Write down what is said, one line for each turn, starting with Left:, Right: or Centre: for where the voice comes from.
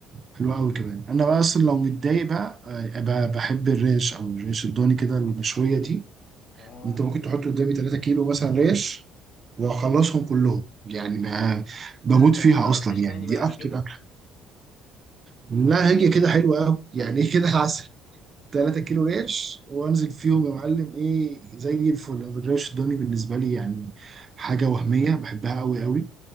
Right: حلو
Left: آه.
Right: قوي كمان انا بقى اصلا لو متضايق بقى آه، ب- بحب الريش او الريش الضاني كده المشويه دي
Left: اه
Right: انت ممكن تحط قدامي 3 كيلو مثلا ريش واخلصهم كلهم يعني ما بموت
Left: ده انت
Right: فيها
Left: ما طلبتش
Right: اصلا يعني
Left: تاني
Right: دي
Left: بقى
Right: اكتر
Left: على كده
Right: اكل
Left: <laughs>
Right: لا هي كده حلوه قوي يعني <laughs> كده عسل 3 كيلو ريش وانزل فيهم يا معلم ايه زي الفل أنا الريش الضاني بالنسبه لي يعني حاجه وهميه بحبها قوي قوي